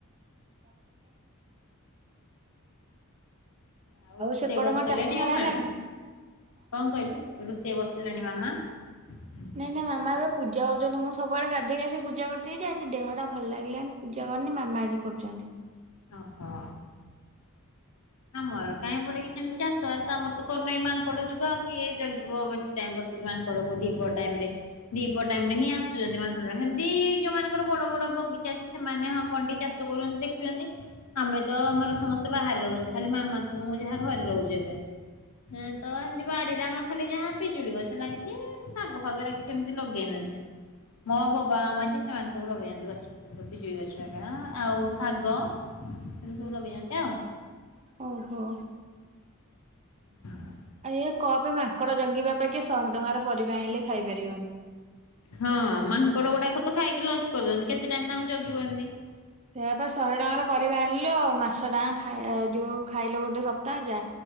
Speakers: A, on the right; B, on the left.
A: <unintelligible>
B: ଆଉ ରୋଷେଇ
A: ସେପଟେ
B: ବସେଇଲେଣି
A: କଣ ଚାଷ କରାହେଲାଣି
B: ମାମା କଣ କହିଲୁ ରୋଷେଇ ବସେଇଲେଣି ମାମା। <unintelligible>
A: ନାଇଁ ନାଇ ମାମା ଏବେ ପୂଜା କରୁଚନ୍ତି ମୁଁ ସବୁବେଳେ ଗାଧୋଇକି ଆସି ପୂଜା କରିଦିଏ ଯେ ଆଜି ଦେହଟା ଭଲ ଲାଗିଲାନି ପୂଜା କରିନି ମାମା ଆଜି କରୁଚନ୍ତି।
B: ଓହୋ। ଆମର କାହିଁ ଏପଟେ କିଛି ଏମିତି ଚାଷ ବାସ ଆମର ତ କରନହିଁ ମାଙ୍କଡ ଯୁଗ ଆଉ କିଏ ଜଗିବ ବସି। ଟାଇ ବସିି ମାଙ୍କଡକୁ ଦିପହର ଟାଇମ୍ ରେ ଦ୍ବିପହର ଟାଇମରେ ହିଁ ଆସୁଚନ୍ତି ମାଙ୍କଡଗୁଡା ସେମିତି ଯୋଉମାନଙ୍କର ବଡ ବଡ ବଗିଚା ଅଛି। ସେମାନେ ହଁ କଣଟି ଚାଷ କରୁଚନ୍ତି ଦେଖୁଛନ୍ତି ଆମେ ତ ଆମର ସମସ୍ତେ ବାହାରେ ରୁହନ୍ତି। ଖାଲି ମାମାକୁ ମୁଁ ଯାହା ଘରେ ରହୁଚୁ ଏବେ। ହଁ ତ ଏମିତି ବାରିରେ ଆମର ଖାଲି ଯାହା ପିଜୁଳି ଗଛ ଲାଗିଛି ଶାଗ ଫାଗ ଏଗୁରା କିଛି କେମିତି ଲଗେଇନୁ ଏତେ ମୋ ବୋବା ମାମା ଯିଏ ସେମାନେ ସବୁ ଲଗେଇଛନ୍ତି ଗଛ। ସେ ସବୁ ପିଜୁଳି ଗଛ ହେକା ଆଁ ଆଉ ଶାଗ ଏମିତି ସବୁ ଲଗେଇଚନ୍ତି ଆଉ।
A: ଓହୋ।
B: <unintelligible>
A: ଆଉ ଏଇଆ କପେ ମାଙ୍କଡ ଜଗିବା ଅପେକ୍ଷା ଶହେ ଟଙ୍କାର ପରିବା ଆଣିଲେ ଖାଇପାରିବନି।
B: ହଁ ମାଙ୍କଡ ଗୁଡାକ ତ ଖାଇକି ଲସ୍ କରୁଚନ୍ତି କେତେ ଟାଇମ୍ ତାଙ୍କୁ ଜଗିବ ଏମତି।
A: ସେଇଆ ପା ଶହେ ଟଙ୍କାର ପରିବା ଆଣିଲ ମାସଟା ଯାକ ଖାଇ ଯୋଉ ଖାଇଲ ଗୋଟେ ସପ୍ତାହ ଯା।